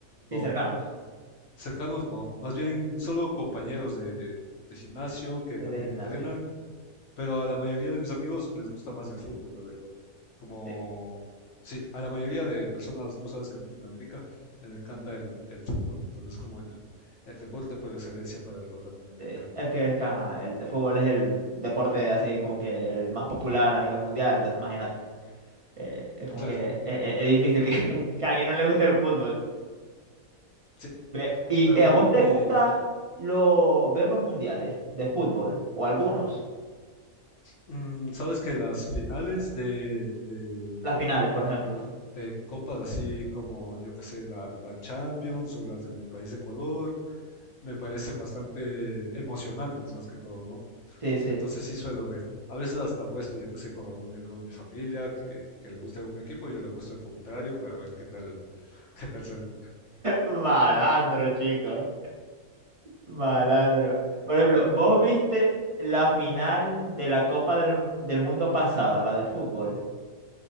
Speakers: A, on the left; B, on the right.
A: no.
B: Sí, cercanos.
A: Cercanos, no. Más bien solo compañeros de, de gimnasio que
B: El
A: también
B: de gimnasio.
A: entrenan Pero a la mayoría de mis amigos les gusta más el fútbol, la verdad. Como,
B: Sí,
A: sí, a la mayoría de personas, tú sabes que en Latinoamérica les encanta el, el fútbol, entonces es como el, el deporte por excelencia para los latinoamericanos.
B: sí. Es que, es que, ajá, el de fútbol es el deporte así como que el más popular a nivel mundial, entonces imagínate. eh, es como
A: Claro,
B: que es, es- es difícil que, <laughs> que a alguien no le guste el fútbol.
A: sí.
B: Ve, ¿Y
A: Pero
B: eh,
A: bueno,
B: a vos te
A: y
B: gusta lo, ver los mundiales de fútbol o algunos?
A: mm, sabes que las finales de, de,
B: Las finales, por ejemplo.
A: de copas así como, yo qué sé, la, la Champions o las de mi país Ecuador, me parecen bastante emocionantes, más que todo, ¿no?
B: Sí, sí.
A: Entonces sí suelo ver. A veces hasta apuesto, yo que sé, con algún miembro de mi familia que, que le guste algún equipo, yo le apuesto al contrario para ver qué tal, <laughs> qué tal sale.
B: Malandro, chico. Malandro. Por ejemplo, ¿vos viste la final de la Copa del, del Mundo pasada, la de fútbol?